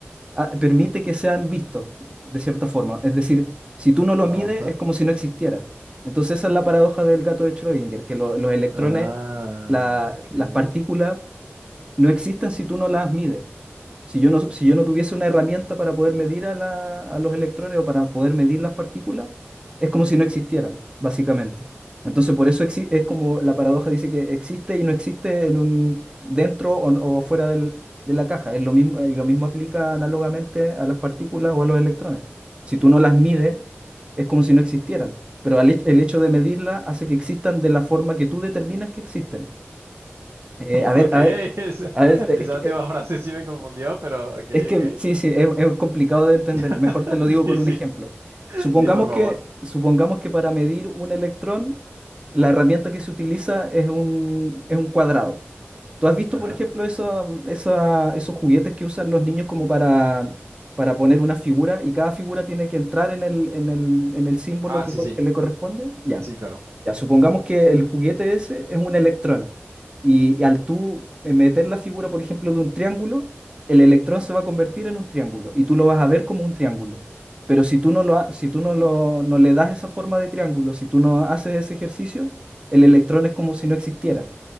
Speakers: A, on the right; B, on the right.
A: ah, permite que sean vistos, de cierta forma. Es decir, si tú no lo
B: Ajá.
A: mides, es como si no existiera. Entonces esa es la paradoja del gato de Schrödinger, que lo- los electrones,
B: Ah,
A: la-
B: ok. <laughs>
A: las partículas, no existen si tú no las mides. Si yo no, si yo no tuviese una herramienta para poder medir a, la- a los electrones o para poder medir las partículas, es como si no existieran, básicamente. Entonces, por eso exi- es como la paradoja dice que existe y no existe en un, dentro o, o fuera del- de la caja. Es lo mismo, eh, lo mismo aplica análogamente a las partículas o a los electrones. Si tú no las mides, es como si no existieran. Pero al hech- el hecho de medirlas hace que existan de la forma que tú determinas que existen. Eh, a ver,
B: Ok,
A: a ver.
B: esa,
A: A ver,
B: esa
A: es que
B: última frase sí me confundió, pero ok,
A: Es que
B: ok.
A: sí, sí, es, es complicado de entender.
B: <laughs>
A: Mejor te lo digo con
B: Sí, sí,
A: un ejemplo. Supongamos
B: sí, por favor.
A: que, supongamos que para medir un electrón, la herramienta que se utiliza es un, es un cuadrado. ¿Tú has visto,
B: Ajá.
A: por ejemplo, eso- esa- esos juguetes que usan los niños como para, para poner una figura y cada figura tiene que entrar en el, en el, en el símbolo
B: Ah,
A: que,
B: sí,
A: co-
B: sí,
A: que le corresponde? Ya.
B: sí, claro.
A: Ya, supongamos que el juguete ese es un electrón y, y al tú eh, meter la figura, por ejemplo, de un triángulo, el electrón se va a convertir en un triángulo y tú lo vas a ver como un triángulo. Pero si tú no lo, ha- si tú no lo, no le das esa forma de triángulo, si tú no haces ese ejercicio, el electrón es como si no existiera.